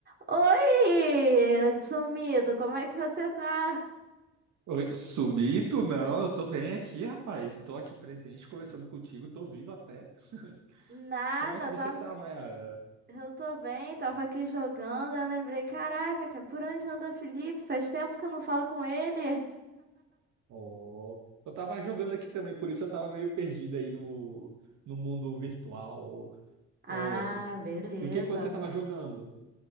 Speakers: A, on the right; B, on the right.
A: Oi, sumido, como é que você tá?
B: Oi, sumido? Não, eu tô bem aqui, rapaz. Tô aqui presente, conversando contigo, tô vivo até. <laughs>
A: Nada,
B: Como é que você
A: tava...
B: tá, Mayara?
A: eu tô bem, tava aqui jogando, eu lembrei, caraca, cara, por onde anda o Felipe? Faz tempo que eu não falo com ele.
B: Oh, eu tava jogando aqui também, por isso eu tava meio perdido aí no, no mundo virtual.
A: Ah,
B: Oh,
A: beleza.
B: e o que que você tava jogando?